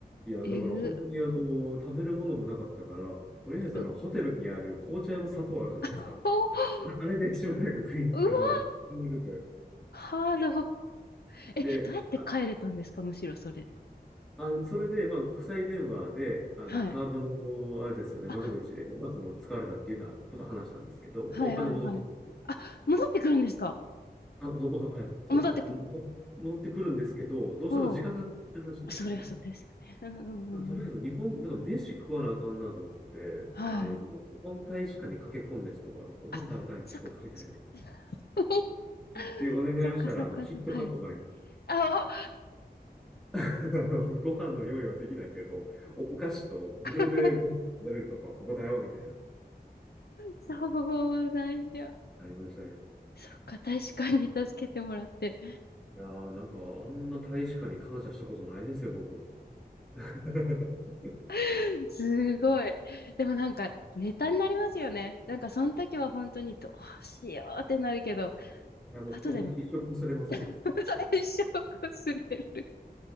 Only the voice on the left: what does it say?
えぐ、
う、<laughs>
あおう
わ、
ハード。え、
どうやって帰れたんですか、
むしろそれ。
はい。
あ、
はいはいはい。
あ、戻ってくるんですか
戻ってこ、
ほう。そりゃそうですよね。うんうんうんうん。
はい。
あ、そっか、確かに。
<laughs>
そっかそっかそっか。
はい。あ、お
<laughs>
そうなんや。
そっか、確かに助けてもらって。
<laughs> すごい。でもなんか、<laughs> ネタになりますよね。なんか、その時は本当にどうしようってなるけど、
後で、<laughs>
最初こすれる。